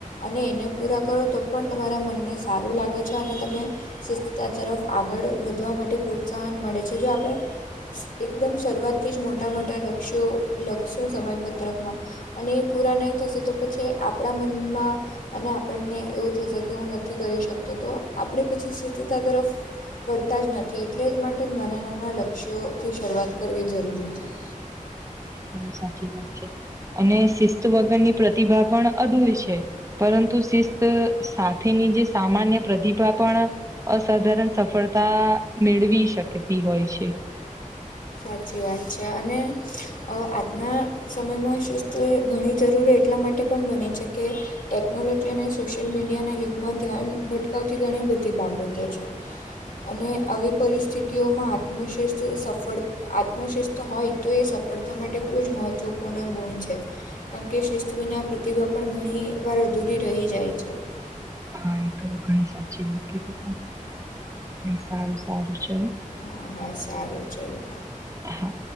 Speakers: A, on the left; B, on the right.
A: અને એને પૂરા કરો તો પણ તમારા મનને સારું લાગે છે અને તમે શિસ્થતા તરફ આગળ વધવા માટે પ્રોત્સાહન મળે છે જો આપણે એકદમ શરૂઆતથી જ મોટા મોટા લક્ષ્યો લખશો સમયપત્રકમાં અને એ પૂરા નહીં થશે તો પછી આપણા મનમાં, અને આપણને એવું થશે કે હું નથી કરી શકતો તો, આપે પછી શિસ્તતા તરફ પડતા જ નથી એટલે માટે નાનાં નાનાં લક્ષ્યોથી શરૂઆત કરવી જરૂરી છે.
B: તો સાચી વાત છે અને શિસ્ત વગરની પ્રતિભા પણ અધૂરી છે. પરંતુ શિસ્ત સાથેની જે સામાન્ય પ્રતિભા પણ અસાધારણ સફળતા મેળવી શકતી હોય છે.
A: સાચી વાત છે, અને આજના સમયમાં શિસ્ત ઘણી જરૂરી હોય એટલા માટે પણ મને છે કે ટેકનોલોજી અને સોશિયલ મીડિયાના યુગમાં ધ્યાન ભટકાવતી ઘણી બધી બાબતો છે. અને આવી પરિસ્થિતિઓમાં આત્મશ્રેષ્ઠ સફળ આત્મશિસ્ત હોય તો એ સફળતા માટે ખૂબ જ મહત્ત્વપૂર્ણ ગુણ છે. કારણ કે શિસ્ત વિના પ્રતિભા પણ ઘણી વાર અધૂરી રહી જાય છે.
B: હા તો ઘણી સાચી વાત સારું સારું ચલો.
A: હ હા સારું ચલો.
B: હા.